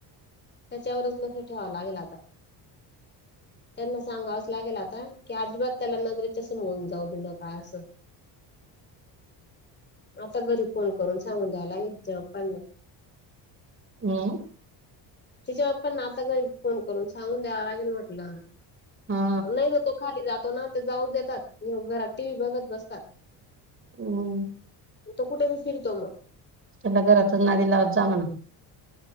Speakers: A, on the left (about 25°); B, on the right (about 30°).
A: त्याच्यावरच ल ते ठेवावं लागेल आता - त्यांना सांगावंच लागेल, आता की अजिबात त्याला नगरेच्या समोरून जाऊ देऊ नका असं. आता घरी फोन करून सांगून द्यावं लागेल, ज पण
B: हम्
A: तिच्या बाप्पांना आता घरी फोन करून सांगून द्यावं लागेल म्हटलं.
B: हा
A: नाही ग तो खाली जातो ना, त जाऊ देतात, घरात टी व्ही बघत बसतात
B: हम्म
A: तो कुठे बी फिरतो मग
B: त्याला घरातच ना दिलावत जा म्हणा